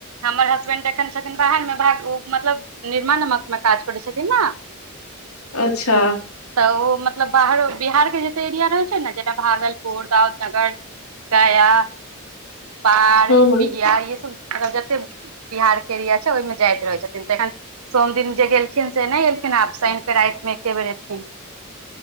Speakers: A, on the right (about 90°); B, on the left (about 80°).
A: हमर हसबेंड एखन छथिन बाहर मे भाग ओ मतलब निर्माण नमक मे काज करै छथिन ने
B: अच्छा
A: तऽ ओ मतलब बाहरो बिहारके जतय एरिया रहै छैय ने जेना भागलपुर दाउदनगर गया बार
B: हँ हँ
A: बिया य सब मतलब जते बिहार के एरिया छैय ओहिमें जाइत रहे छथिन त एखन सोम दिन जे गेलखिन से नहि एलखिन। आब सान कऽ रातिमे एके बेर एथिन।